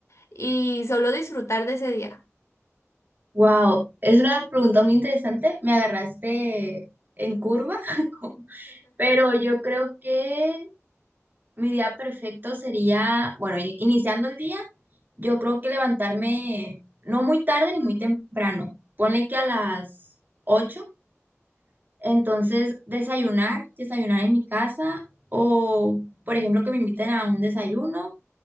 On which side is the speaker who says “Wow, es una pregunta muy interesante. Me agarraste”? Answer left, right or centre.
Right